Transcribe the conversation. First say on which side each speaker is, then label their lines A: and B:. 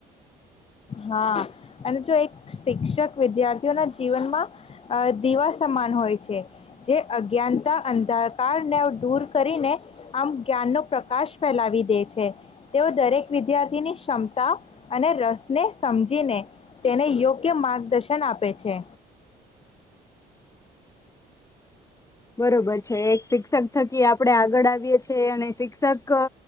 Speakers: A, on the left; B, on the left.
A: હા અને જો એક શિક્ષક વિદ્યાર્થીઓના જીવનમાં દીવા સમાન હોય છે જે અજ્ઞાનતા અંધાકારને દૂર કરીને આમ જ્ઞાનનો પ્રકાશ ફેલાવી દે છે, તેઓ દરેક વિદ્યાર્થીની ક્ષમતા અને રસ ને સમજીને તેને યોગ્ય માર્ગદર્શન આપે છે.
B: બરોબર છે એક શિક્ષક થકી આપણે આગળ આવીએ છીએ અને શિક્ષક